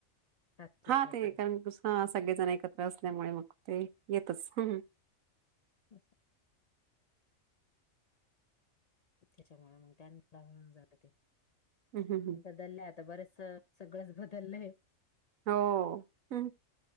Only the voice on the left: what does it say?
सासू
सासरे
बस. त्याच्यामुळे त्या होऊन जात ते.
बदलय आता बरेच स सगळंच बदललंय.